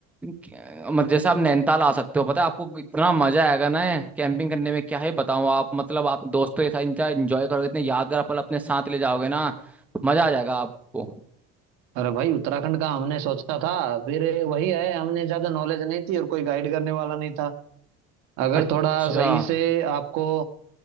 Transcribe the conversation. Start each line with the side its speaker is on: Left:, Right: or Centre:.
Centre: क्या- मतलब जैसे आप नैनीताल आ सकते हो पता है आपको इतना मजा आएगा ना कैंपिंग करने में क्या है बताऊं आप मतलब आप दोस्तों के साथ इंजॉय enjoy करोगे इतने यादगार पल अपने साथ ले जाओगे ना मजा आ जाएगा आपको
Right: अरे भाई उत्तराखंड का हमने सोचा था फिर वही है हमने ज्यादा नॉलेज नहीं थी और कोई गाइड करने वाला नहीं था अगर
Centre: अच्छा
Right: थोड़ा सही से आपको